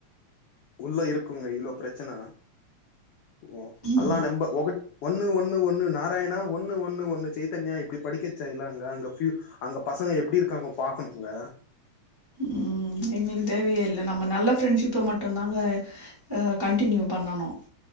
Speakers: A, on the left; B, on the right.
A: உள்ள இருக்குங்க இவ்ளோ பிரச்சன ஓ
B: ம்
A: அல்ல நம்ப ஒகட் ஒன்னு ஒன்னு ஒன்னு நாராயணா ஒன்னு ஒன்னு ஒன்னு சைதன்யா இப்டி படிக்க வச்சாங்கல்ல அங்க அங்க ஃப்யூ அங்க பசங்க எப்டி இருக்காங்க பாக்கணுங்க
B: ம் எங்களுக்கு தேவையே இல்லை நம்ம நல்ல ஃப்ரெண்ட்ஷிப்ப மட்டு தாங்க ஆ கண்டினியூ பண்ணணு